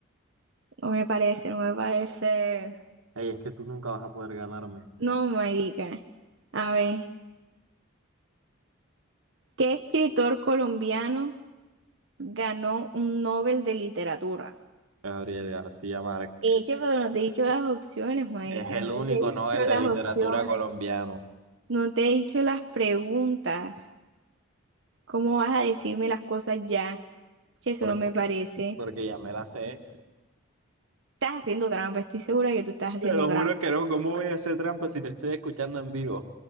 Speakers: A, on the right (about 55°); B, on the right (about 85°).
A: No me parece, no me parece.
B: Ey, es que tú nunca vas a poder ganarme.
A: No, marica. A ver, ¿qué escritor colombiano ganó un Nobel de literatura?
B: Gabriel García Márquez.
A: Eche, pero no te he dicho las opciones, marica,
B: Es el
A: no
B: único
A: te he
B: Nobel
A: dicho
B: de
A: las
B: literatura
A: opciones,
B: colombiano.
A: no te he dicho las preguntas. ¿Cómo vas a decirme las cosas ya? Che, eso
B: por-
A: no me parece.
B: Porque ya me la sé.
A: Estás haciendo trampa, estoy segura que tú estás haciendo
B: Te lo
A: trampa.
B: juro que no. ¿Cómo voy a hacer trampa si te estoy escuchando en vivo?